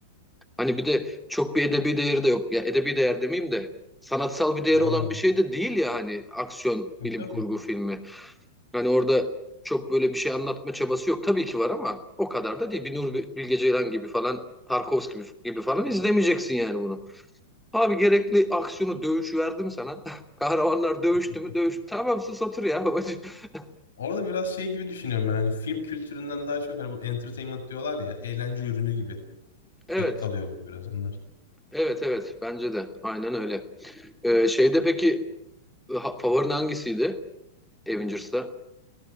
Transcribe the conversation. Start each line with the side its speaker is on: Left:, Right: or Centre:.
Centre: Hani bir de çok bir edebi değeri de yok. Ya edebi değer demeyeyim de sanatsal bir değeri
Left: E, Anladım.
Centre: olan bir şey de değil ya hani aksiyon
Left: E,
Centre: bilim
Left: Tabii.
Centre: kurgu filmi. Hani orada çok böyle bir şey anlatma çabası yok. Tabii ki var ama o kadar da değil. Bir Nuri Bilge Ceylan gibi falan, Tarkovski gibi, gibi falan izlemeyeceksin yani bunu. Abi gerekli aksiyonu, dövüş verdim sana. <laughs> Kahramanlar dövüştü
Left: <laughs>
Centre: mü? Dövüş. Tamam sus otur ya babacığım. <laughs>
Left: Orada biraz şey gibi düşünüyorum ben hani film kültüründen daha çok hani bu entertainment diyorlar ya eğlence ürünü gibi
Centre: Evet,
Left: ka- kalıyor biraz onlar.
Centre: evet, evet. Bence de. Aynen öyle. Ee, şeyde peki ha- favorin hangisiydi? Avengers'ta.